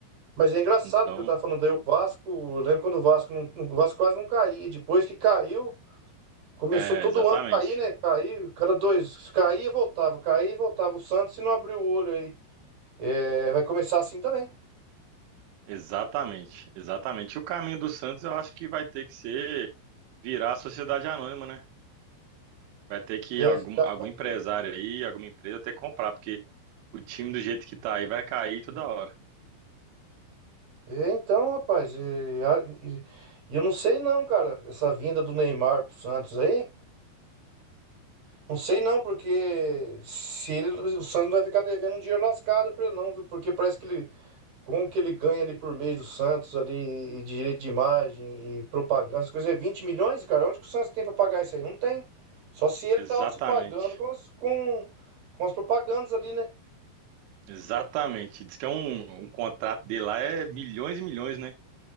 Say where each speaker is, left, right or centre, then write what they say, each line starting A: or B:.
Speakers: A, on the right; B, on the right.
A: Mas é engraçado
B: Então,
A: que eu tava falando aí, o Vasco, eu lembro quando o Vasco, não, o Vasco quase não caía, depois que caiu, começou
B: é,
A: todo
B: exatamente,
A: ano a cair, né? Cair, cada dois, caía e voltava, caía e voltava, o Santos se não abriu o olho aí, É, vai começar assim também.
B: exatamente, exatamente. O caminho do Santos eu acho que vai ter que ser virar a sociedade anônima, né? Vai ter que
A: É,
B: algum, algum empresário aí, alguma empresa ter que comprar, porque o time do jeito que tá aí vai cair toda hora.
A: é, então, rapaz, e, a- e- e eu não sei não, cara, essa vinda do Neymar pro Santos aí, Não sei não, porque se ele, o Santos vai ficar devendo um dinheiro lascado pra ele não, viu? Porque parece que ele, com o que ele ganha ali por mês do Santos ali, e direito de imagem, e propaganda, essas coisas, é 20 milhões, cara? Onde que o Santos tem pra pagar isso aí? Não tem. Só se ele
B: Exatamente.
A: tá se pagando com as, com, com as propagandas ali, né?
B: Exatamente. Diz que é um, um contrato dele lá é milhões e milhões, né?